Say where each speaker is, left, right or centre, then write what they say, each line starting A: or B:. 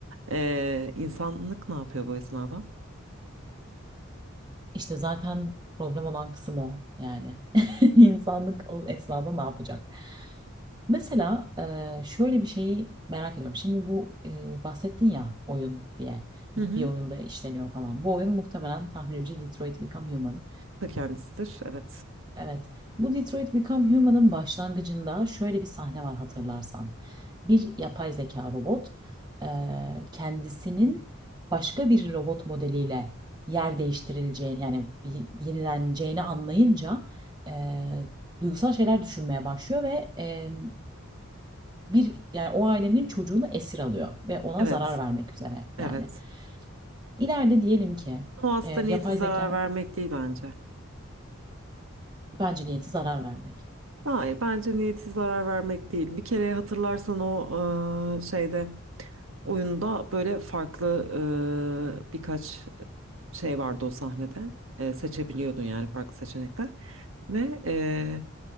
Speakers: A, on the right (about 75°); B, on the right (about 20°).
A: E, insanlık ne yapıyor bu esnada?
B: İşte zaten problem olan kısım o yani. <laughs> İnsanlık o esnada ne yapacak? Mesela e, şöyle bir şeyi merak ediyorum. Şimdi bu e, bahsettin ya oyun diye bir
A: Hı hı.
B: oyunda işleniyor falan. Bu oyun muhtemelen tahminimce Detroit Become Human.
A: Ta kendisidir. Evet.
B: Evet. Bu Detroit Become Human'ın başlangıcında şöyle bir sahne var hatırlarsan. Bir yapay zeka robot eee, kendisinin başka bir robot modeliyle yer değiştirileceğini yani bir- yenileneceğini anlayınca eee, duygusal şeyler düşünmeye başlıyor ve eee, bir yani o ailenin çocuğunu esir alıyor ve ona
A: Evet.
B: zarar vermek üzere
A: Evet.
B: yani. İleride diyelim ki
A: Ama aslında
B: eee, yapay
A: niyeti zarar
B: zeka
A: vermek değil bence.
B: bence niyeti zarar vermek.
A: Hayır, bence niyeti zarar vermek değil. Bir kere hatırlarsan o e, şeyde Oyunda böyle farklı e, birkaç şey vardı o sahnede. E, seçebiliyordun yani farklı seçenekler. Ve e,